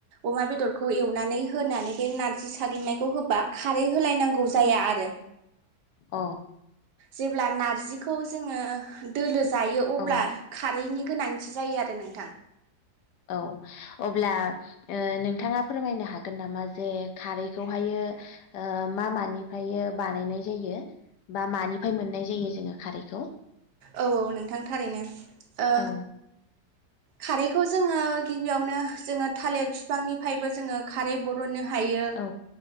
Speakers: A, on the right; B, on the left.
A: अमा बेदरखौ एवनानै होनानै बे नार जि साग्नियखौ होबा खारै होलायनांगौ जाया आरो।
B: औ
A: जेब्ला नारजिखौ जोङो दोलो जायो अब्ला
B: अ औ
A: खारैनि गोनांथि जायो आरो नोंथां।
B: औ अब्ला नोंथाङा ओ फोरमायनो हागोन नामा जे खारैखौहायो ओ मा मानिफ्राय बानायनाय जायो? बा मानिफ्राय मोननाय जायो जोङो खारैखौ
A: औ औ नोंथां थारैनो ओ
B: औ
A: खारैखौ जोङो गिबियावनो जोङो थालिर बिफांनिफ्रायबो जोङो खारै बरनो। हायो
B: औ